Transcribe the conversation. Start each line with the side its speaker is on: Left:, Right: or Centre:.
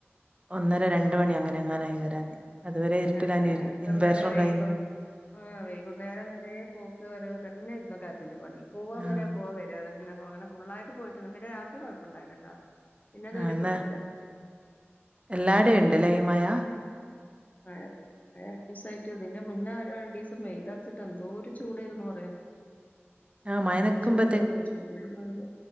Right: ഒന്നര രണ്ട് മണി അങ്ങനെ എങ്ങാനായി വരാന് അതുവരെ ഇരുട്ടിലാണ്
Left: <unintelligible>
Right: ഇൻവേർട്ടറും
Left: ഇന്നലെ വൈകും
Right: കഴിഞ്ഞ്
Left: ആ വൈകുന്നേരം വരെ പോക്ക് വരവ് തന്നേര്ന്നു കരൻ്റിന് പണി പോവാ
Right: ആഹ്
Left: വരാ പോവാ വരാ അ പിന്നെ അനെ ഫുള്ളായിട്ട് പോയിട്ടിരുന്നു പിന്നെ രാത്രി കുഴപ്പമുണ്ടായില്ല കേട്ടോ പിന്നെ അതുവരെ
Right: ആഹ് എന്നാ
Left: പോയിട്ടില്ല
Right: എല്ലാടേം ഉണ്ടല്ലേ ഈ മഴ
Left: ഏഹ് <unintelligible> രണ്ടീസായിട്ട് ഇതിന്റെ മുന്നേ ഒരോ രണ്ടീസം വെയിലർച്ചിട്ട് എന്തോ ഒരു ചൂടേര്ന്നു <unintelligible>
Right: ആഹ് മഴ നിക്കുമ്പത്തേക്ക്
Left: ആ ചൂടായിരുന്നു ചൂട്ന്ന